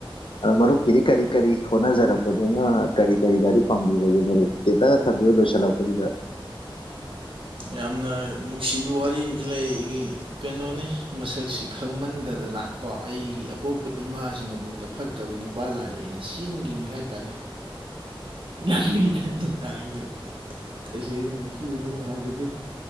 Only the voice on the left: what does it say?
ꯃꯔꯨꯞꯀꯤꯗꯤ ꯀꯔꯤ ꯀꯔꯤ ꯍꯣꯠꯅꯖꯔꯛꯄꯅꯤꯅ ꯀꯔꯤ ꯀꯔꯤ ꯒꯥꯔꯤ ꯐꯪꯕꯤꯕꯒꯦ ꯃꯔꯨꯞ꯫ ꯇꯦꯟꯇꯛꯅ ꯊꯝꯕꯤꯌꯨ ꯂꯣꯏꯁꯤꯜꯂꯛꯄꯖꯤꯗ꯫